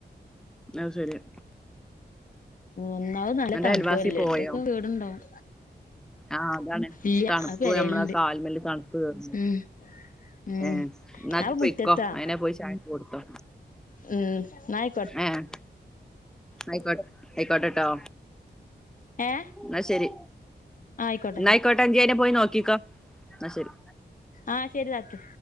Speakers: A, in the centre; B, on the left (about 50°).
A: അത് ശരിയാ
B: ഒന്നാാവ നല്ല
A: അന്റെ
B: തണുപ്പുല്ലേ
A: അയൽവാസി പോയോ
B: എന്റെയൊക്കെ വീടുണ്ടാവും
A: ആഹ് അതാണ്
B: ഇല്ല
A: തണുപ്പ്
B: അത് പെരേലുണ്ട്
A: നമ്മളെ കാൽമല്ല് തണുപ്പ് കേറ
B: ഉം ഉം
A: ഏ എന്നതിപ്പോക്കോ
B: ഞാൻ മുറ്റത്താ
A: അയിനെ പോയി ചായക്കച് കൊടുത്തോ
B: ഉം നായി
A: ആഹ് ആയിക്കോട്ടെ ആയിക്കോട്ടെട്ടോ
B: ഏ
A: എന്നാ ശരി
B: ആയിക്കോട്ടെ ആയിക്കോട്ടെ
A: നായിക്കോട്ട ട്ടഞ്ചേനെ പോയി നോക്കിക്ക എന്നാ ശരി
B: ആഹ് ശരി താത്ത്